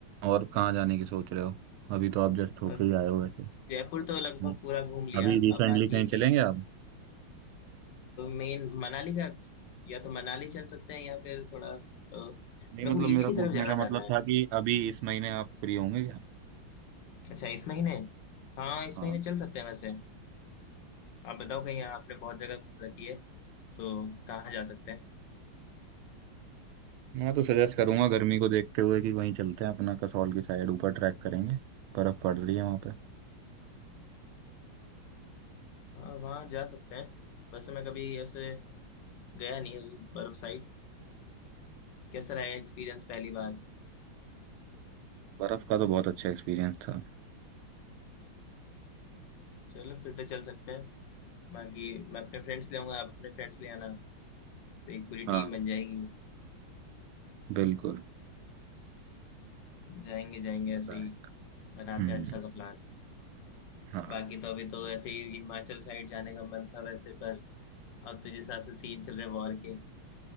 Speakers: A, on the right; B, on the left.
A: और कहाँ जाने की सोच रहे हो अभी तो आप जस्ट होके
B: अब
A: ही आए हो वैसे
B: जयपुर तो लगभग
A: नहीं,
B: पूरा घूम लिया
A: अभी रिसेंटली
B: अब बाकी
A: कहीं
B: मेन
A: चलेंगे आप
B: मेन मनाली का या तो मनाली चल सकते हैं या फिर थोड़ा अ,
A: नहीं
B: मेरे
A: मतलब
B: को
A: मेरा
B: ईस्ट की
A: पूछने
B: तरफ ज्यादा
A: का मतलब
B: जाना है
A: था कि अभी इस महीने आप फ्री होंगे
B: अच्छा इस महीने हाँ इस
A: हाँ
B: महीने चल सकते हैं वैसे आप बताओ कहीं आपने बहुत जगह घूम रखी है तो कहाँ जा सकते हैं
A: मैं तो सजेस्ट करूंगा गर्मी को देखते हुए कि वहीं चलते हैं अपना कसौल की साइड ऊपर ट्रैक करेंगे बर्फ पड़ रही है वहां पे
B: हाँ वहाँ जा सकते हैं वैसे मैं कभी ऐसे गया नहीं है बर्फ साइड कैसा रहा एक्सपीरियंस पहली बार
A: बर्फ का तो बहुत अच्छा एक्सपीरियंस था
B: चलो फिर तो चल सकते हैं बाकी मैं अपने फ्रेंड्स ले आऊंगा आप अपने फ्रेंड्स ले आना तो एक पूरी टीम
A: हाँ
B: बन जाएगी
A: बिल्कुल
B: जाएंगे जाएंगे
A: पता
B: ऐसे ही
A: है।
B: बनाते
A: हम्म
B: हैं अच्छा सा प्लान
A: हाँ
B: बाकी तो अभी तो ऐसे ही हिमाचल साइड जाने का मन था वैसे पर अब तो जिस हिसाब से सीन चल रहे वॉर के